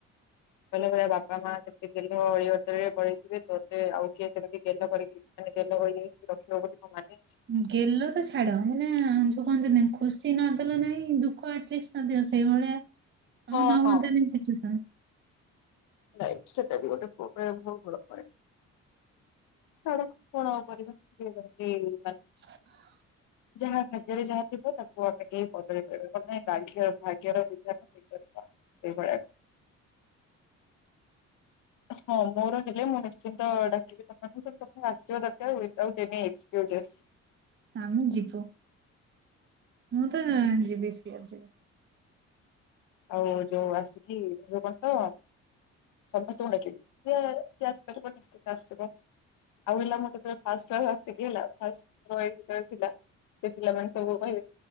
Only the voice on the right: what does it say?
ଗେଲ ତ ଛାଡ ହେନା ଯୋଉ କହନ୍ତି ଖୁସି ନଦେଲ ନାଇଁ ଦୁଃଖ ଆଟଲିଷ୍ଟ ନଦିଅ ସେଇଭଳିଆ
ହୋଉ
<unintelligible>
<inaudible>
ଆମେ ଯିବୁ ମୁଁ ତ ଯିବି ସିଓରୋ ଯିବି।